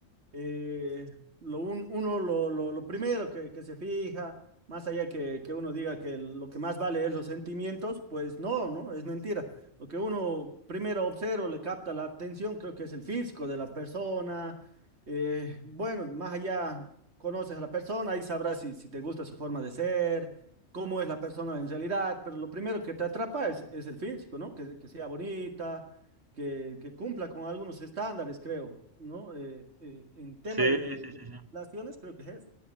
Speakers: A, on the right; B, on the right.
A: eh, lo un- uno lo, lo- lo primero que, que se fija, más allá que, que uno diga que lo que más vale es los sentimientos, pues no, no, es mentira. Lo que uno primero observa, le capta la atención, creo que es el físico de la persona. Eh, bueno, más allá conoces a la persona y sabrás si, si te gusta su forma de ser, cómo es la persona en realidad, pero lo primero que te atrapa es, es el físico, ¿no? Que, que sea bonita que, que cumpla con algunos estándares, creo, ¿no? Eh, eh, en tema
B: Sí,
A: de,
B: sí,
A: de
B: sí, sí.
A: relaciones, creo que es eso.